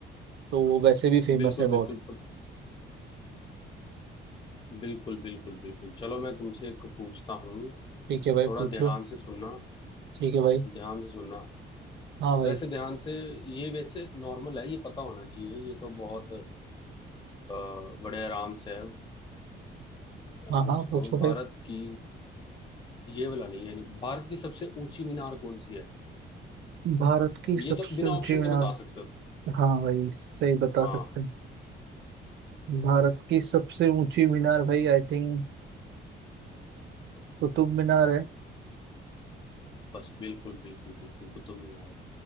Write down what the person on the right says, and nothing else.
तो वो वैसे भी फेमस
है बहुत
ठीक है भाई
पूछो
ठीक है भाई
हाँ भाई
हाँ
हाँ पूछो
भाई
भारत की
सबसे
ऊंची
मीनार
हाँ भाई सही बता
सकते हैं भारत की सबसे ऊंची मीनार भाई आई थिंक कुतुब मीनार है